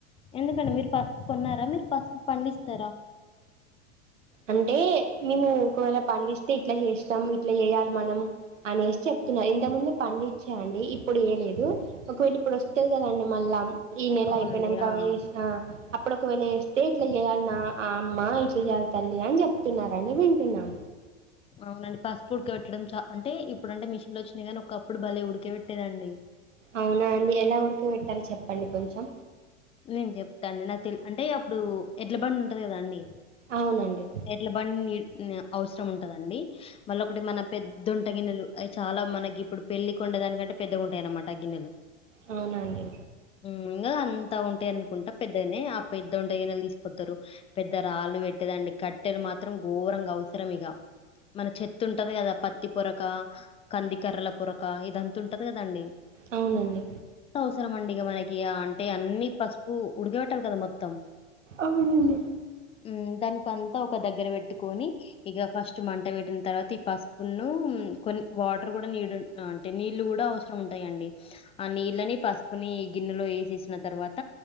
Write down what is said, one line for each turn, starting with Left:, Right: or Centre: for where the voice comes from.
Left: ఎందుకండి మీరు పసుపు కొన్నారా మీరు పసుపు పండిస్తారా
Right: అంటే మేము ఒకవేళ పండిస్తే ఇట్లా చేస్తాం ఇట్లా చేయాలి మనం అనేసి చెప్తున్నారు ఇంతకు ముందు పండించ అండి ఇప్పుడు ఏయ లేదు ఒకవేళ ఇప్పుడు వస్తది కదండి మళ్ళా ఈ నెల
Left: అవునండి.
Right: అయిపోయినాంక
Left: ఆ!
Right: వెసిన
Left: ఆ!
Right: అప్పుడు ఒకవేళ ఏస్తే ఇట్లా చెయాలినా అ అమ్మా ఇట్లా చెయాల తల్లి అని చెప్తున్నారండి వింటున్నాం
Left: అవునండి పసుపు ఉడకబెట్టడం చా అంటే ఇప్పుడు అంటే మిషన్లు వచ్చినయి కానీ ఒకప్పుడు భలే ఉడక బెట్టేదండి
Right: అవునా అండి ఎలా ఉడక పెట్టాలి చెప్పండి కొంచెం
Left: నేను చెప్తా అండి నాకు తెలి అంటే అప్పుడు ఎడ్ల బండి ఉంటుంది కదా అండి
Right: అవునండి
Left: ఎడ్ల బండి నీ నీ అవసరం ఉంటదండి మళ్ళ ఒకటి మన పెద్దొంట గిన్నెలు అవి చాలా మనకి ఇప్పుడు పెళ్లి కొండేదానికంటే పెద్దగుంటాయి అన్నమాట ఆ గిన్నెలు
Right: అవున అండి
Left: హ్మ్. ఇంగా అంతా ఉంటాయి అనుకుంటా పెద్దగానే ఆ పెద్ద వంటే గిన్నెలు తీసుకతారు పెద్ద రాళ్ళు పెట్టేదండి కట్టెలు మాత్రం ఘోరంగా అవసరం ఇగ మన చెత్త ఉంటది కదా పత్తి పొరక కందికర్రల పొరక ఇదంత ఉంటది కదండి
Right: అవునండీ
Left: <unintelligible> యా అంటే అన్నీ పసుపు ఉడకవెట్టాలి కదా మొత్తం
Right: అవునండి
Left: ఉహ్ దన్ ఒక దగ్గర పెట్టుకొని ఇగ ఫస్ట్ మంట పెట్టిన తర్వాత ఈ పసుపు ఉన్ను కొన్ని వాటర్ కూడా నీడ్ అంటే నీళ్లు కూడా అవసరంటాయిండి. ఆ నీళ్ళని పసుపుని గిన్నెలో వేసేసిన తర్వాత